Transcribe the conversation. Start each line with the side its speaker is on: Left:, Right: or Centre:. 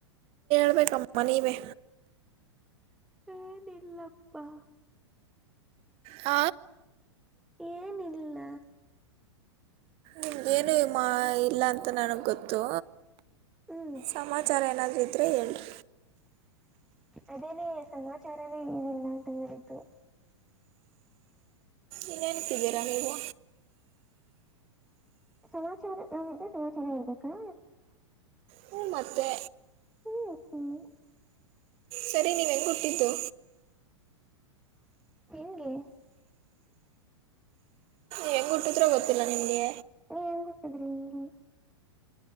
Right: ಳ್ಬೇಕ ಕಮ್ಮನ ಇವೆ
Centre: ಏನ್ ಇಲ್ಲಪ್ಪಾ
Right: ಹ
Centre: ಏನಿಲ್ಲ
Right: ಹಗೇನು ಈ ಮಾ ಇಲ್ಲ ಅಂತ ನನಗೆ ಗೊತ್ತು
Centre: ಹ್ಮ್
Right: ಸಮಾಚಾರ ಏನಾದ್ರು ಇದ್ರೆ ಹೇಳ್ರಿ
Centre: ಅದೇನೆೇ ಸಮಾಚಾರನೆ ಏನಿಲ್ಲ ಅಂತ ಹೇಳಿದ್ದು
Right: ಇನ್ನೇನು ಕಿದೀರಾ ನೀವು
Centre: ಸಮಾಚಾರ ನಾವಂತ ಸಮಾಚಾರ ಇರ್ಬೇಕಾ
Right: ಹ ಮತ್ತೆ
Centre: ಹ್ಮ್ ಹ್ಮ್
Right: ಸರಿ ನೀವು ಹೆಂಗ್ ಹುಟ್ಟಿದ್ದು
Centre: ಹೆಂಗೆ
Right: ಹೆಂಗ್ ಹುಟ್ಟಿದ್ರೋ ಗೊತ್ತಿಲ್ಲ ನಿಮ್ಗೆ
Centre: ನೀವ್ ಹೆಂಗ್ ಹುಟ್ಟಿದ್ರಿ ಅಂಗೆ